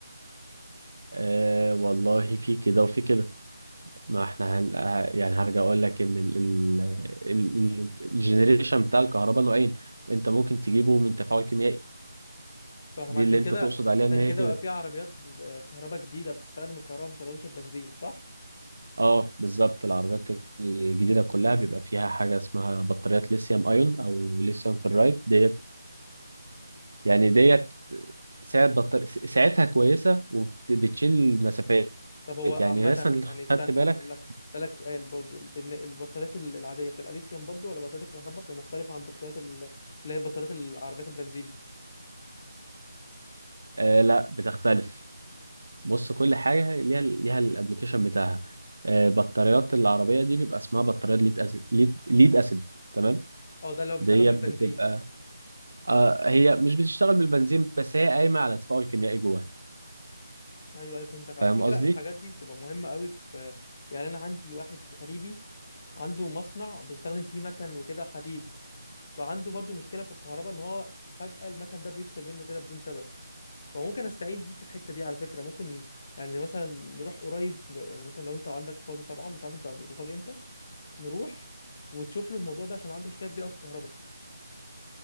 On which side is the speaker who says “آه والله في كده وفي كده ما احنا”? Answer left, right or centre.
Right